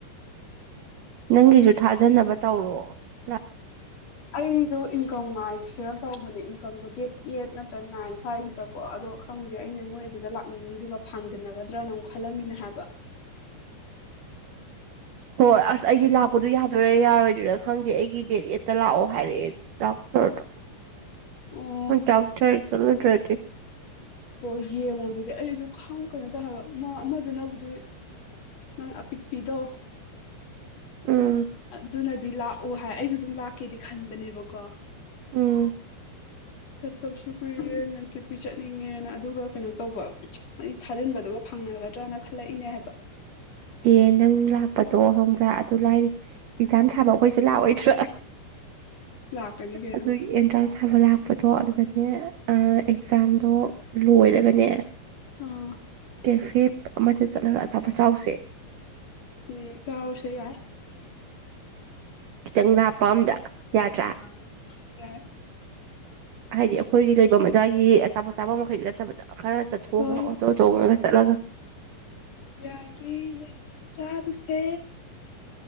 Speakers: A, on the right (about 80°); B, on the left (about 45°).
A: ꯅꯪꯒꯤꯁꯨ ꯊꯥꯖꯅꯕ ꯇꯧꯔꯣ ꯂꯥꯛ
B: ꯑꯩꯁꯨ ꯏꯟꯀꯝ ꯉꯥꯏꯔꯤ ꯁꯤꯔ ꯇꯧꯕꯅꯦ ꯏꯟꯀꯝꯗꯣ ꯗꯦꯠ ꯑꯦꯠ ꯅꯠꯇ꯭ꯔꯒ ꯅꯥꯏꯟ ꯁ꯭ꯋꯥꯏꯁꯤꯗꯀꯣ ꯑꯗꯣ ꯈꯪꯗꯦ ꯑꯩꯅ ꯅꯣꯏ ꯑꯗꯨꯗ ꯂꯥꯛꯅꯤꯡ ꯉꯥꯗꯨꯒ ꯐꯥꯡꯖꯟꯅꯒꯗ꯭ꯔꯅ ꯑꯃꯨꯛ ꯈꯜꯂꯝꯃꯤꯅꯦ ꯍꯥꯏꯕ
A: ꯍꯣꯏ ꯑꯁ ꯑꯩꯗꯤ
B: ꯑꯩꯗꯣ
A: ꯂꯥꯛꯄꯗꯨ ꯌꯥꯗꯣꯏꯔ ꯌꯥꯔꯣꯏ ꯗꯨꯔ ꯈꯪꯗꯦ ꯑꯩꯒꯤ ꯗꯦꯠ ꯑꯦꯠꯇ ꯂꯥꯛꯑꯣ ꯍꯥꯏꯔꯛꯑꯦ ꯗꯥꯛꯇꫪꯗꯣ
B: ꯑꯣ
A: ꯗꯥꯛꫪ ꯆꯠꯂꯨꯗ꯭ꯔꯗꯤ
B: ꯑꯣ ꯌꯦꯡꯉꯣ ꯑꯗꯨꯗꯤ ꯑꯩꯁꯨ ꯈꯪ ꯀꯩꯅꯣ ꯇꯧ ꯍꯥꯏꯕ ꯑꯃꯗꯨꯅꯕꯨꯗꯤ ꯅꯪ ꯑꯄꯤꯛꯄꯤꯗꯣ
A: ꯎꯝ
B: ꯑꯗꯨꯅꯗꯤ ꯂꯥꯛꯑꯣ ꯍꯥꯏ ꯑꯩꯁꯨ ꯑꯗꯨꯝ ꯂꯥꯛꯀꯦꯗꯤ ꯈꯟꯕꯅꯦꯕꯀꯣ
A: ꯎꯝ
B: <inaudible> ꯆꯠꯇꯕꯁꯨ ꯀꯨꯏꯔꯦ ꯃꯟꯐꯤꯠꯇꯤ ꯆꯠꯅꯤꯡꯉꯦꯅ ꯑꯗꯨꯒ ꯀꯩꯅꯣ ꯇꯧꯕ ꯑꯩ ꯊꯥꯖꯤꯟꯕꯗꯨꯒ ꯐꯪꯉꯅꯤ ꯐꯒꯗꯔꯅ ꯈꯜꯂꯛꯏꯅꯦ ꯍꯥꯏꯕ
A: ꯑꯦ ꯅꯪ ꯂꯥꯛꯄꯗꯣ ꯈꯪꯕꯔ ꯑꯗꯨ ꯂꯥꯏꯔꯤ ꯑꯦꯛꯖꯥꯝ ꯊꯥꯕ ꯑꯩꯈꯣꯏꯁꯦ ꯂꯥꯛꯑꯣꯏꯗ꯭ꯔꯥ
B: ꯂꯥꯛꯀꯅꯤ ꯀꯩꯅꯣ
A: ꯑꯗꯨꯒꯤ ꯑꯦꯟꯇ꯭ꯔꯥꯟꯁ ꯊꯥꯕ ꯂꯥꯛꯄꯗꯣ ꯑꯗꯨꯗ ꯑꯦꯛꯖꯥꯝꯗꯣ ꯂꯣꯏꯔꯒꯅꯦ
B: ꯑꯥ
A: ꯀꯦꯐꯦ ꯑꯃꯗ ꯆꯠꯂꯒ ꯑꯆꯥꯄꯣꯠ ꯑꯆꯥꯔꯨꯁꯦ
B: ꯎꯝ ꯆꯁꯦ ꯌꯥ
A: ꯈꯤꯇꯪ ꯍꯥꯞꯄ ꯑꯝꯗ ꯌꯥꯗ꯭ꯔꯥ
B: ꯑ ꯌꯥꯏ
A: ꯍꯥꯏꯗꯤ ꯑꯩꯈꯣꯏꯒꯤ ꯂꯩꯐꯝ ꯑꯗꯨꯋꯥꯏꯒꯤ ꯑꯆꯥꯄꯣꯠꯆꯥꯐꯝ ꯃꯈꯩꯗꯨ ꯅꯠꯇꯕꯗ ꯈꯔ ꯆꯠꯊꯣꯛꯑꯒ
B: ꯍꯣꯏ ꯍꯣꯏ
A: ꯑꯣꯇꯣ ꯇꯣꯡꯉꯥꯒ ꯆꯠꯂꯒ
B: ꯌꯥꯏꯌꯦ ꯌꯥꯏꯌꯦ ꯆꯥꯔꯨꯁꯦ